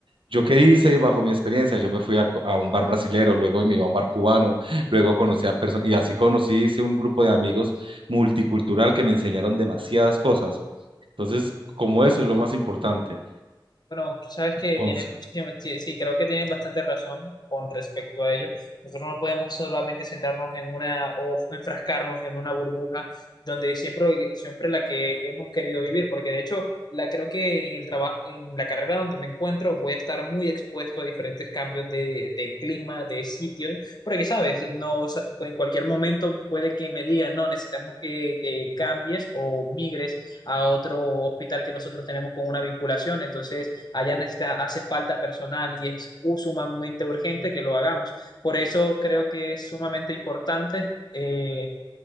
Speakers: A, on the right; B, on the left.
A: ¿Yo qué hice? Y bajo mi experiencia, yo me fui a, co- a un bar brasilero, luego me iba a un bar cubano, luego conocí a personas, y así conocí, hice un grupo de amigos multicultural que me enseñaron demasiadas cosas. Entonces, como eso es lo más importante.
B: Bueno, sabes que
A: Once.
B: tiene, sí, sí, creo que tienen bastante razón con respecto a ello. Nosotros no podemos solamente centrarnos en una o enfrascarnos en una burbuja donde siempre, siempre la que hemos querido vivir, porque de hecho, la, creo que en el trabajo, en la carrera donde me encuentro, voy a estar muy expuesto a diferentes cambios de, de clima, de sitios, porque sabes, no, o sea, pues, en cualquier momento puede que me digan, no, necesitamos que te cambies o migres a otro hospital que nosotros tenemos con una vinculación, entonces Allá necesita, hace falta personal y es sumamente urgente que lo hagamos. Por eso creo que es sumamente importante eh,